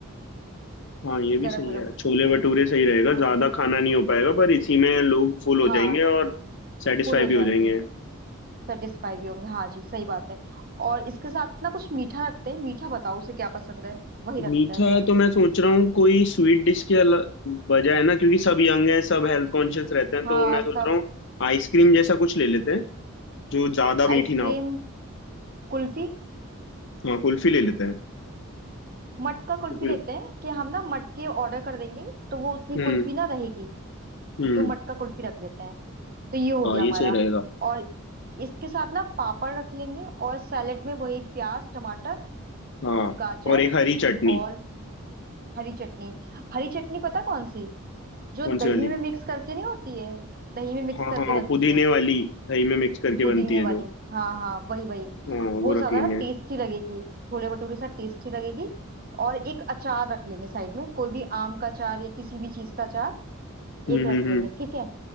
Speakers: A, on the left; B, on the right.
A: हाँ ये भी
B: गरम
A: सही
B: गरम
A: है छोले भटूरे सही रहेगा
B: हाँ
A: ज्यादा खाना नहीं हो पाएगा पर इसी में लोग फुल हो
B: हाँ
A: जाएंगे और सेटिस्फाई
B: फुल हो
A: भी
B: जाएंगे
A: हो जाएंगे
B: सेटिस्फाई भी होंगे हाँ जी सही बात है और इसके साथ ना कुछ मीठा रखते हैं मीठा बताओ उसे क्या पसंद है वही रखते
A: मीठा
B: हैं फिर
A: तो मैं सोच रहा हूँ कोई स्वीट डिश के अला- बजाय ना क्योंकि सब यंग हैं सब हेल्थ कॉन्शियस रहते हैं
B: हाँ
A: तो मैं
B: सब
A: सोच रहा हूँ आइसक्रीम जैसा कुछ ले लेते हैं जो ज्यादा मीठी
B: आइसक्रीम
A: ना हो
B: कुल्फी
A: हाँ कुल्फी ले लेते हैं
B: मटका कुल्फी
A: कुल्फी
B: लेते हैं कि हम ना मटके ऑर्डर कर देंगे तो वो उतनी
A: हम्म
B: कुल्फी ना रहेगी
A: हम्म
B: तो मटका कुल्फी रख लेते हैं तो ये हो
A: हाँ
B: गया
A: ये
B: हमारा
A: सही रहेगा
B: और इसके साथ ना पापड़ रख लेंगे और सैलेड में वही प्याज टमाटर
A: हाँ
B: गाजर
A: और एक हरी चटनी
B: और हरी चटनी हरी चटनी पता कौन सी जो
A: कौन
B: दही
A: सी वाली
B: में मिक्स करके नहीं होती है दही में मिक्स
A: हाँ
B: करके
A: हाँ
B: बनती
A: पुदीने
B: है
A: वाली दही में मिक्स करके
B: पुदीने
A: बनती है
B: वाली
A: जो
B: हाँ हाँ वही वही
A: हाँ
B: वो
A: वो
B: ज्यादा
A: रख लेंगे
B: ना टेस्टी लगेगी छोले भटूरे से टेस्टी लगेगी और एक अचार रख लेंगे साइड में कोई भी आम का अचार या किसी भी चीज का अचार
A: हम्म
B: एक रख
A: हम्म
B: लेंगे
A: हम्म
B: ठीक है